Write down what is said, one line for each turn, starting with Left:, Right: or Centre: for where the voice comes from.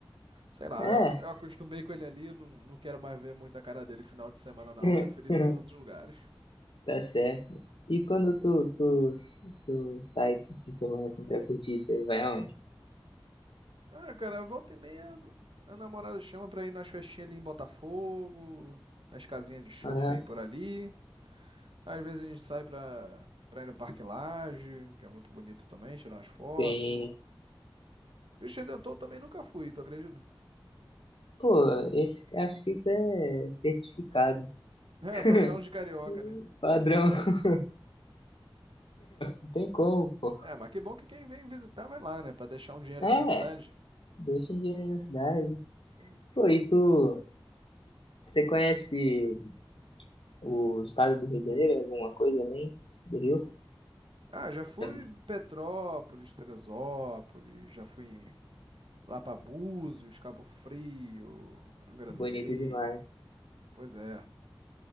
Right: sei lá,
Left: É,
Right: eu, eu acostumei com ele ali, eu não, não quero mais ver muito a cara dele final de semana, não.
Left: <laughs>
Right: Eu prefiro ir pra outros lugares.
Left: tá certo. E quando tu, tu, tu sai de semana assim pra curtir, você vai aonde?
Right: Ah, cara, volta e meia, a namorada chama pra ir nas festinhas ali em Botafogo, nas casinhas de show
Left: Aham.
Right: que tem por ali. Às vezes a gente sai pra, pra ir no Parque Lage, que é muito bonito também, tirar umas fotos.
Left: Sim.
Right: Cristo Redentor eu também nunca fui, tu acredita? <laughs>
Left: Pô, esse, acho que isso é certificado.
Right: É,
Left: <laughs>
Right: padrão de carioca, né?
Left: Padrão. <laughs> Não tem como, pô.
Right: É, mas que bom que quem vem visitar vai lá, né? Pra deixar um dinheiro
Left: É,
Right: aqui na cidade.
Left: deixa em dinheiro na cidade.
Right: Sim.
Left: Pô, e tu, você conhece o estado do Rio de Janeiro? Alguma coisa além do Rio?
Right: Ah, já fui
Left: Tá
Right: em Petrópolis, Teresópolis, já fui em- lá pra Búzios, Cabo Frio, Angra
Left: Bonito
Right: do Reis.
Left: demais.
Right: Pois é.